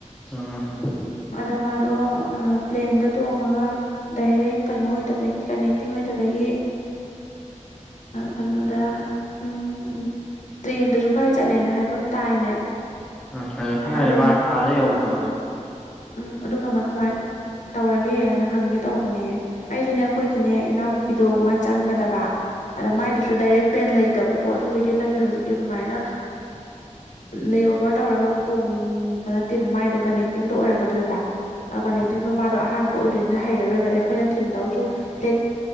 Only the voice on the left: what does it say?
ꯑꯗ ꯃꯥꯗꯣ ꯄ꯭ꯂꯦꯟꯗ ꯇꯣꯡꯉꯒ ꯗꯥꯏꯔꯦꯛ ꯀꯩꯅꯣ ꯑꯣꯏꯗꯕꯒꯤ ꯀꯅꯦꯛꯇꯤꯡ ꯑꯣꯏꯗꯕꯒꯤ ꯀꯩꯅꯣꯗ ꯎꯝ ꯇ꯭ꯔꯦꯟꯗꯁꯨ ꯈꯔ ꯆꯠꯂꯦꯅ ꯍꯥꯏꯕ ꯑꯃ ꯇꯥꯏꯅꯦ
ꯑꯗꯣ
ꯎꯝ ꯑꯗꯨ ꯀꯃꯥꯏ ꯀꯃꯥꯏ ꯇꯧꯔꯒꯦꯅ ꯍꯪꯒꯦ ꯇꯧꯕꯅꯦ ꯑꯩꯁꯨꯅꯦ ꯑꯩꯈꯣꯏꯒꯤꯅꯦ ꯏꯅꯥꯎꯅꯨꯄꯤꯗꯣ ꯃꯥ ꯆꯪꯒꯗꯕ ꯑꯗ
ꯃꯥꯏꯗꯨꯁꯨ ꯗꯥꯏꯔꯦꯛ ꯄꯦꯟ ꯂꯩ ꯂꯩꯇꯕꯀꯣ ꯑꯗꯨꯗꯒꯤ ꯅꯪꯒꯤ ꯍꯧꯖꯤꯛꯀꯤ ꯑꯗꯨꯃꯥꯏꯅ ꯂꯦꯑꯣꯚꯔ ꯇꯧꯔꯒ ꯑꯃꯨꯛ ꯇꯣꯡꯕ ꯅꯠꯇꯦꯕ ꯃꯥꯏꯗꯣ ꯀꯅꯦꯛꯇꯤꯡꯗꯣ ꯑꯣꯏꯔꯛꯄ ꯀꯗꯣꯏꯕ ꯀꯅꯦꯛꯇꯤꯡꯗꯣ
ꯃꯥꯗꯣ ꯑꯍꯥꯟꯕ ꯑꯣꯏꯗꯣꯏꯅ ꯍꯩꯔꯔꯣꯏꯕꯗꯤ ꯑꯩꯈꯣꯏꯅ ꯊꯤꯟꯗꯧꯁꯨ ꯐ꯭ꯂꯦꯠ